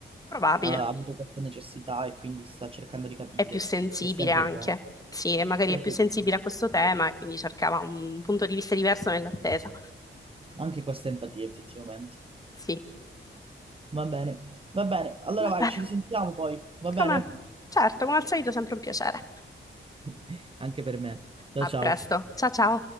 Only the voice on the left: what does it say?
Probabile.
È più sensibile
anche.
Sì, e magari
è più sensibile
a questo tema e quindi cercava un punto di vista diverso nell'attesa.
Sì,
va
bene.
Come... Certo, come al solito sempre un piacere.
A
presto. Ciao ciao.